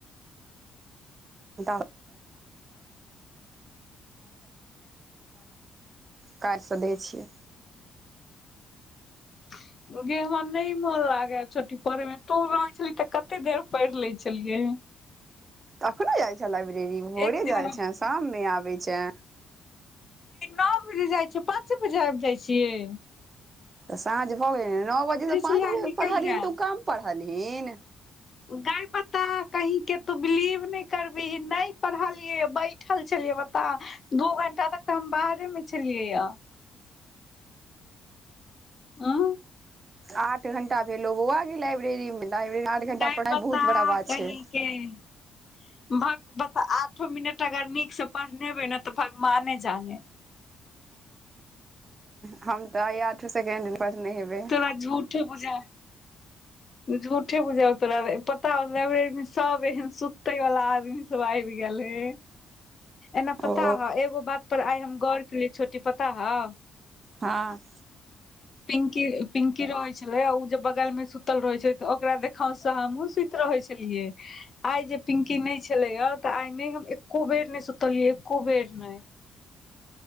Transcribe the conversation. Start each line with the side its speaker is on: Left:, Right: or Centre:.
Right: <unintelligible> तब कायलसँ दै छियै
Left: <unintelligible> गे हमरा नहि मोन लागे छोट्टी पढ़े मे तो रहे छलही तऽ कते देर पढ़ि ले छलियै
Right: अखनो जाय छऽ लाइब्रेरी भोरे
Left: एक दिन
Right: जाय छऽ शाम मे आबे छऽ
Left: नओ बजे जाइ छियै पाँचे बजे आबि जाइ छियै
Right: तऽ साँझ भऽ गेलनओ बजेसँ पाँच
Left: छलियै
Right: बजे
Left: निकलि
Right: पढ़लहन
Left: गेल
Right: तऽ ओ कम पढ़लहिन
Left: गाायपाता <unintelligible> तू बिलीव नहि करबी नहि पढ़लियै बैठल छलियै तऽ दू घं्टा तक तऽ हम बाहरे मऽ छलियै हँ उं
Right: आठ घंटा भेलो बौआ लाइब्रेरी मऽ लाइब्रेरी मऽ आठ घंटा
Left: गाय
Right: पढ़ाइ
Left: बता
Right: बहुत बड़ा बात
Left: कहीं
Right: छै
Left: के भक बता आठो मिनट अगर नीक से पढ़नेबै ने तऽ भगवाने जाने
Right: हम तऽ आय आढो सेकेंड नेय पढ़ने हेबे
Left: तोड़ा झूढे बुझाय झूठे बुजब तोरा पता हो तोरा लाइब्रेरी मऽ सब एहन सुते वाला आदमी सब आबि गेलहे एना
Right: ओ
Left: पता हाउ एगो बात पर आइ हम गौर कलिय छोटी पता हाउ
Right: हँ
Left: पिंकी पिंकी रहै छलै ओ जे बगलमे सु सुतल रहै छै तऽ ओकरा देखांवस सॅं हमहुँ सुति रहै छलियै आइ जे पिंकी नै छलेया तऽ आइ नै हम एक्को बेर नै सुतलियै एक्को बेर नै